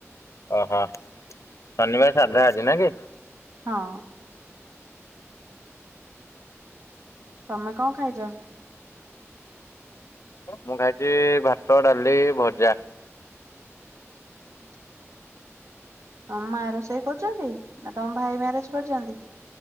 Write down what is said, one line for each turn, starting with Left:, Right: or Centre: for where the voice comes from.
Left: ଓହୋ ଶନିବାର ସାଧା ଆଜି ନା କି।
Right: ହଁ। ତମେ କଣ ଖାଇଛ?
Left: ମୁଁ ଖାଇଛି ଭାତ, ଡାଲି, ଭଜା।
Right: <inaudible> ହଁ ମା ରୋଷେଇ କରୁଛନ୍ତି ନା ତମ ଭାଇ ମ୍ୟାରେଜ କରିଛନ୍ତି?